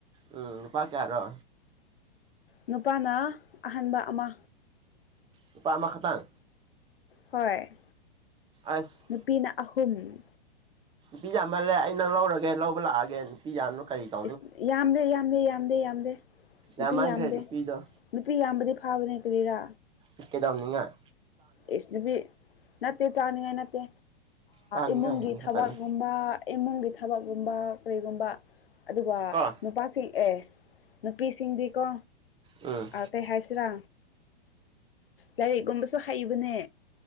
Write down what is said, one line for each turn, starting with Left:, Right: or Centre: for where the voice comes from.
Right: ꯎꯝ ꯅꯨꯄꯥ ꯀꯌꯥꯔꯣ
Left: ꯅꯨꯄꯥꯅ ꯑꯍꯟꯕ ꯑꯃ
Right: ꯅꯨꯄꯥ ꯑꯃꯥꯈꯥꯇꯪ
Left: ꯍꯣꯏ
Right: ꯑꯁ
Left: ꯅꯨꯄꯤꯅ ꯑꯍꯨꯝ
Right: ꯄꯤ ꯌꯥꯝꯃꯥꯜꯂꯦ ꯑꯩ ꯅꯪ ꯂꯧꯔꯒꯦ ꯂꯧꯕ ꯂꯥꯛꯑꯒꯦ <unintelligible>
Left: ꯏꯁ ꯌꯥꯝꯗꯦ ꯌꯥꯝꯗꯦ ꯌꯥꯝꯗꯦ ꯌꯥꯝꯗꯦ ꯅꯨꯄꯤ
Right: ꯌꯥꯝꯃꯟꯈ꯭ꯔꯦ
Left: ꯌꯥꯝꯗꯦ
Right: ꯅꯨꯄꯤꯗꯣ
Left: ꯅꯨꯄꯤ ꯌꯥꯝꯕꯗꯤ ꯐꯥꯕꯅꯦ ꯀꯔꯤꯔꯥ
Right: ꯏꯁ ꯀꯩꯗꯧꯅꯤꯉꯥꯏ
Left: ꯏꯁ ꯅꯨꯄꯤ ꯅꯠꯇꯦ ꯆꯥꯅꯤꯡꯉꯥꯏ ꯅꯠꯇꯦ
Right: ꯆꯥꯅꯤꯡꯉꯥꯏꯅꯤ
Left: ꯏꯃꯨꯡꯒꯤ
Right: ꯈꯛꯇꯅꯤ
Left: ꯊꯕꯛꯒꯨꯝꯕ ꯏꯃꯨꯡꯒꯤ ꯊꯕꯛꯀꯨꯝꯕ ꯀꯩꯒꯨꯝꯕ ꯑꯗꯨꯒ
Right: ꯀꯣ
Left: ꯅꯨꯄꯥꯁꯤꯡ ꯑꯦ ꯅꯨꯄꯤꯁꯤꯡꯗꯤꯀꯣ
Right: ꯎꯝ
Left: ꯀꯩ ꯍꯥꯏꯁꯤꯔꯥ ꯂꯥꯏꯔꯤꯛꯀꯨꯝꯕꯁꯨ ꯍꯛꯏꯕꯅꯦ